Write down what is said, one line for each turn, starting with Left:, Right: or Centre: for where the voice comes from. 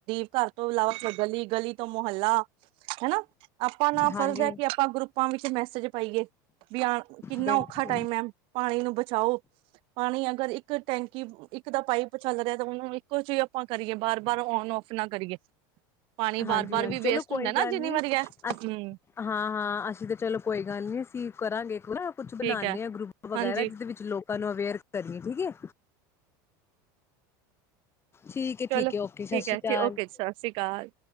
Right: ਘਰ ਤੋਂ ਇਲਾਵਾ ਗਲੀ ਗਲੀ ਤੋਂ ਮੁਹੱਲਾ ਹਨਾ ਆਪਾਂ ਨਾ
Left: ਹਾਂਜੀ
Right: ਫਰਜ਼ ਹੈ ਕਿ ਆਪਾਂ ਗਰੁੱਪਾਂ ਵਿੱਚ ਮੈਸੇਜ ਪਾਈਏ, ਵੀ ਆ ਕਿੰਨਾ
Left: ਬਿਲਕੁਲ
Right: ਔਖਾ ਟਾਈਮ ਹੈ ਪਾਣੀ ਨੂੰ ਬਚਾਓ ਪਾਣੀ ਅਗਰ ਇੱਕ ਟੈਂਕੀ ਇੱਕ ਦਾ ਪਾਈਪ ਚੱਲ ਰਿਹਾ ਤਾਂ ਉਹਨਾ ਨੂੰ ਇੱਕੋ ਜਿ ਆਪਾਂ ਕਰੀਏ ਬਾਰ ਬਾਰ ਓਨ- ਔਫ ਨਾ ਕਰੀਏ ਪਾਣੀ
Left: ਹਾਂਜੀ
Right: ਬਾਰ-ਬਾਰ
Left: ਹਾਂਜੀ
Right: ਵੀ ਵੇਸਟ
Left: ਚਲੋ ਕੋਈ
Right: ਹੁੰਦਾ ਨਾ
Left: ਗੱਲ
Right: ਜਿੰਨੀ
Left: ਨੀ
Right: ਵਾਰੀ
Left: ਅ
Right: ਹੈ ਹੂੰ
Left: ਹਾਂ ਹਾਂ ਅਸੀਂ ਤਾਂ ਚਲੋ ਕੋਈ ਗੱਲ ਨੀ ਅਸੀਂ ਕਰਾਂਗੇ ਕੁਛ ਬਣਾਉਂਦੇ
Right: ਠੀਕ ਹੈ
Left: ਆ ਗਰੁੱਪ ਵਗੈਰਾ
Right: ਹਾਂਜੀ
Left: ਜਿਹਦੇ ਵਿੱਚ ਲੋਕਾਂ ਨੂੰ ਅਵੇਅਰ ਕਰਨੀ ਠੀਕ ਹੈ ਠੀਕ ਹੈ
Right: ਚਲੋ
Left: ਠੀਕ ਹੈ ਓਕੇ ਸਤਿ
Right: ਠੀਕ
Left: ਸ਼੍ਰੀ ਅਕਾਲ
Right: ਏ ਓਕੇ ਸਤਿ ਸ੍ਰੀ ਅਕਾਲ